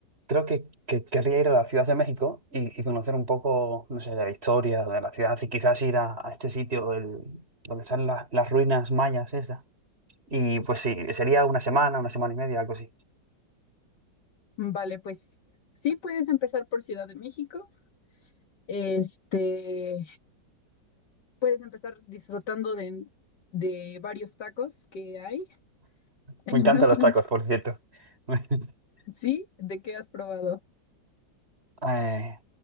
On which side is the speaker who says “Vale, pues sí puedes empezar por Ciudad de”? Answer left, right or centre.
Left